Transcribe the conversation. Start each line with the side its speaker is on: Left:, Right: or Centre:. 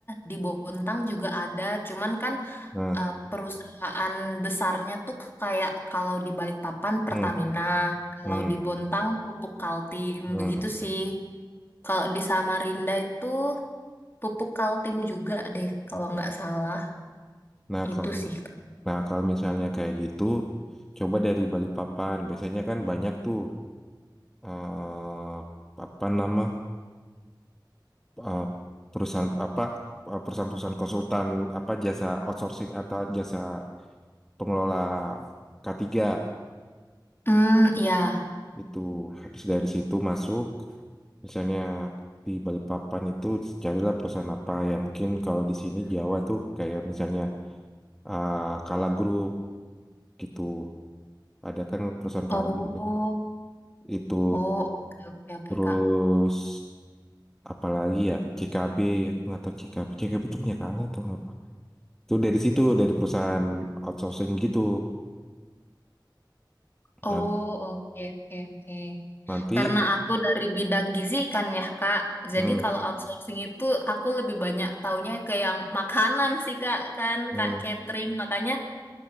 Left: di Bontang juga ada. Cuman kan
Centre: Nah,
Left: eh, perusahaan besarnya tuh kayak kalau di Balikpapan Pertamina,
Centre: hmm,
Left: kalau
Centre: hmm,
Left: di Bontang Pupuk Kaltim
Centre: hmm.
Left: begitu sih. Kalau di Samarinda itu Pupuk Kaltim juga deh, kalau nggak salah.
Centre: Nah, kalau
Left: Itu sih.
Centre: nah kalau misalnya kayak gitu, coba dari Balikpapan. Biasanya kan banyak tuh eh apa nama eh, perusahaan apa eh, perusahaan-perusahaan konsultan apa jasa outsourcing atau jasa pengelola K3.
Left: Hmm, ya.
Centre: Itu habis dari situ masuk, misalnya di Balikpapan itu carilah perusahaan apa ya mungkin kalau di sini Jawa tuh kayak misalnya ah, Kala Group gitu. Ada kan perusahaan
Left: Oh,
Centre: Kala gitu. Itu
Left: oh, oke, oke, oke,
Centre: terus
Left: Kak.
Centre: apalagi ya CKB nggak tahu CKB CKB tuh punya Kala atau apa. Itu dari situ dari perusahaan outsourcing gitu.
Left: Oh,
Centre: Nah,
Left: oke, oke, oke.
Centre: nanti
Left: Karena aku dari bidang gizi kan ya, Kak. Jadi
Centre: hmm,
Left: kalau outsourcing itu aku lebih banyak taunya ke yang makanan sih, Kak. Kan,
Centre: hmm,
Left: Kak, catering. Makanya